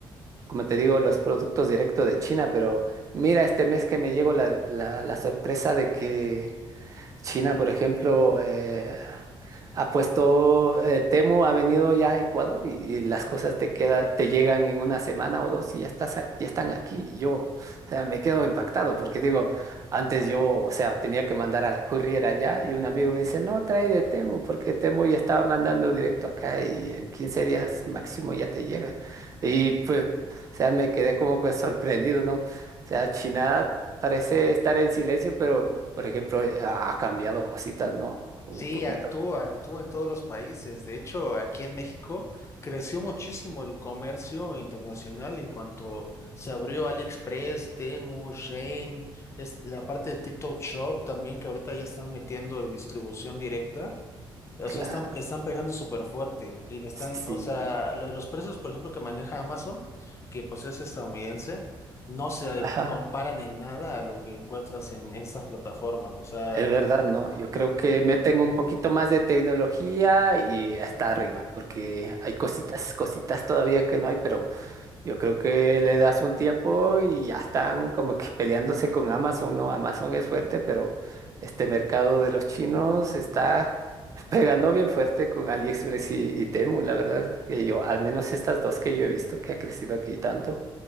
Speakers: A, on the right; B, on the left.
A: como te digo, los productos directos de China, pero mira, este mes que me llegó la, la, la sorpresa de que China, por ejemplo, eh, ha puesto, eh, Temu ha venido ya a Ecuador y, y las cosas te queda, te llegan en una semana o dos y ya estás, a- ya están aquí. Y Yo, o sea, me quedo impactado porque digo, antes yo, o sea, tenía que mandar al courier allá y un amigo me dice, no, trae de Temu porque Temu ya estaba mandando directo acá y en 15 días máximo ya te llega. Y pues, o sea, me quedé como que sorprendido, ¿no? O sea, China Parece estar en silencio, pero por ejemplo, eh, ha ha cambiado cositas, ¿no? Un
B: Sí,
A: poquito.
B: actúa, actúa en todos los países. De hecho, aquí en México creció muchísimo el comercio internacional en cuanto se abrió AliExpress, Temu, Shein, es la parte de TikTok Shop también que ahorita ya están metiendo distribución directa. O
A: Claro,
B: sea, están, están pegando súper fuerte y le están,
A: sí.
B: o sea, lo de los precios, por ejemplo, que maneja Amazon, que pues es estadounidense, no se
A: Ajá.
B: comparan en nada a lo que encuentras en estas plataformas. O sea,
A: Es verdad, ¿no? Yo creo que meten un poquito más de tecnología y hasta arriba, porque hay cositas, cositas todavía que no hay, pero Yo creo que le das un tiempo y ya están como que peleándose con Amazon, ¿no? Amazon es fuerte, pero este mercado de los chinos está <laughs> pegando bien fuerte con AliExpress y, y Temu, la verdad, que yo, al menos estas dos que yo he visto que ha crecido aquí tanto.